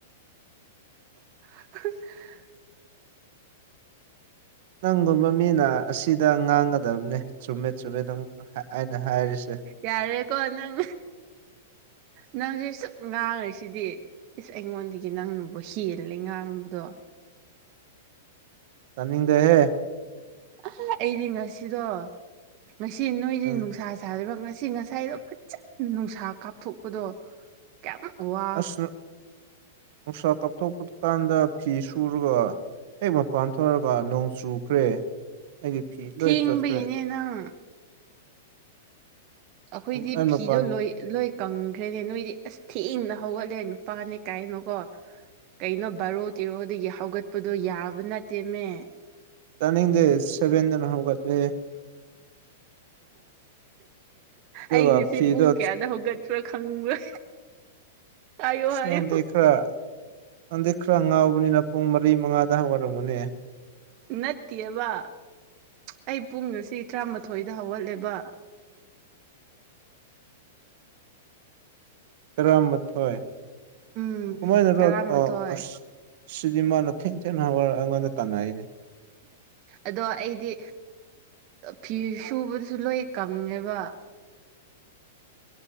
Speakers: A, on the right (about 40°); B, on the right (about 60°).
A: <unintelligible>
B: ꯅꯪꯒꯨꯝꯕ ꯃꯤꯅ ꯑꯁꯤꯗ ꯉꯥꯡꯒꯗꯕꯅꯦ ꯆꯨꯝꯃꯦꯠ ꯆꯨꯝꯃꯦꯠ ꯑꯗꯨꯝ ꯍꯥꯏꯅ ꯍꯥꯏꯔꯤꯁꯦ
A: ꯌꯥꯔꯦꯀꯣ ꯅꯪ ꯅꯪꯁꯦ ꯁꯨꯛ ꯉꯥꯡꯉꯤꯁꯤꯗꯤ ꯏꯁ ꯑꯩꯉꯣꯟꯗꯒꯤ ꯅꯪꯅꯕꯨ ꯍꯦꯜꯂꯦ ꯉꯥꯡꯕꯗꯣ
B: ꯇꯅꯤꯡꯗꯦꯍꯦ
A: ꯑ ꯑꯩꯗꯤ ꯉꯁꯤꯗꯣ ꯉꯁꯤ ꯅꯣꯏꯒꯤ
B: ꯎꯝ
A: ꯅꯨꯡꯁꯥ ꯁꯥꯔꯤꯕ ꯉꯁꯤ ꯉꯁꯥꯏꯗꯣ ꯐꯖꯅ ꯅꯨꯡꯁꯥ ꯀꯥꯞꯊꯣꯛꯄꯗꯣ ꯀꯌꯥꯝꯃꯨꯛ ꯋꯥ
B: ꯑꯁꯅꯨ ꯅꯨꯡꯁꯥ ꯀꯥꯞꯊꯣꯛꯄ ꯀꯥꯟꯗ ꯐꯤ ꯁꯨꯔꯒ ꯍꯦꯛ ꯃꯄꯥꯟ ꯊꯣꯔꯛꯒ ꯅꯣꯡ ꯆꯨꯈ꯭ꯔꯦ ꯑꯩꯒꯤ ꯐꯤ ꯂꯣꯏ
A: ꯊꯦꯡꯕꯒꯤꯅꯦ
B: ꯆꯣꯠꯈ꯭ꯔꯦ
A: ꯅꯪ ꯑꯈꯣꯏꯗꯤ
B: ꯑꯩ
A: ꯐꯤꯗꯣ
B: ꯃꯄꯥꯟ
A: ꯂꯣꯏ ꯂꯣꯏ ꯀꯪꯈ꯭ꯔꯦꯅꯦ ꯅꯣꯏꯗꯤ ꯑꯁ ꯊꯦꯡꯅ ꯍꯧꯒꯠꯂꯦ ꯅꯨꯄꯥꯅꯦ ꯀꯥꯏꯅꯀꯣ ꯀꯩꯅꯣ ꯕꯥꯔꯣ ꯇꯦꯔꯣꯗꯒꯤ ꯍꯧꯒꯠꯄꯗꯣ ꯌꯥꯕ ꯅꯠꯇꯦꯅꯦ
B: ꯇꯅꯤꯡꯗꯦ ꯁꯦꯕꯦꯟꯗꯅ ꯍꯒꯠꯂꯦ ꯑꯗꯨꯒ
A: ꯑꯩ ꯉꯁꯤ
B: ꯐꯤꯗꯣ
A: ꯄꯨꯡ ꯀꯌꯥꯗ ꯍꯧꯒꯠꯄ꯭ꯔꯥ ꯈꯪꯕ꯭ꯔꯥ ꯍꯥꯏꯌꯣ
B: ꯑꯁ
A: ꯍꯥꯏꯌꯣ
B: ꯅꯪꯗꯤ ꯈꯔ ꯅꯪꯗꯤ ꯈꯔ ꯉꯥꯎꯕꯅꯤꯅ ꯄꯨꯡ ꯃꯔꯤ ꯃꯉꯥꯗ ꯍꯧꯒꯠꯂꯝꯒꯅꯤ
A: ꯅꯠꯇꯤꯌꯦꯕ ꯑꯩ ꯄꯨꯡ ꯉꯁꯤ ꯇꯔꯥꯃꯥꯊꯣꯏꯗ ꯍꯧꯒꯠꯂꯦꯕ
B: ꯇꯔꯥꯃꯥꯊꯣꯏ
A: ꯎꯝ
B: ꯀꯃꯥꯏꯅꯔꯣ
A: ꯇꯔꯥꯃꯥꯊꯣꯏ
B: ꯑꯥ ꯑꯁ ꯁꯤꯗꯤ ꯃꯥꯅ ꯊꯦꯡ ꯊꯦꯡꯅ ꯍꯧꯒꯠꯔ ꯑꯉꯣꯟꯗ ꯇꯥꯟꯅꯩꯅꯦ
A: ꯑꯗꯣ ꯑꯩꯗꯤ ꯐꯤ ꯑꯠ ꯁꯨꯕꯗꯨꯁꯨ ꯂꯣꯏ ꯀꯪꯉꯦꯕ